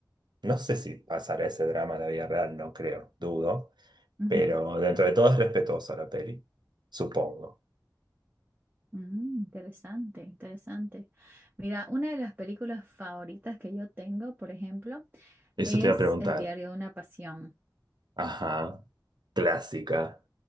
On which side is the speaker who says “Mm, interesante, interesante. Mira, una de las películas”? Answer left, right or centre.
Right